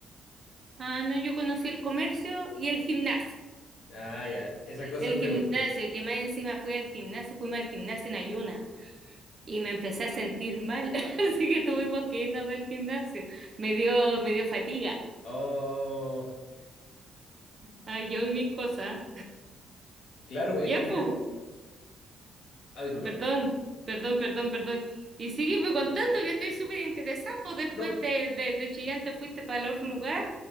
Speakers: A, on the right; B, on the left.
A: ah, no, yo conocí el comercio y el gimnasio.
B: Ah, ya, esas cosas
A: Y el gimnasio,
B: te gustan.
A: que más encima fui al gimnasio, fuimos al gimnasio en ayuna. Y me empecé a sentir mal, <laughs> así que tuvimos que irnos del gimnasio. Me dio, me dio fatiga.
B: Oh,
A: Ah, yo y mis cosas.
B: claro, pues,
A: Ya,
B: es que mira,
A: pues.
B: ah, disculpa.
A: Perdón, perdón, perdón, perdón. Y sígueme contando que estoy súper interesado. Pues después
B: No,
A: de, de, de Chillán te fuiste para el otro lugar.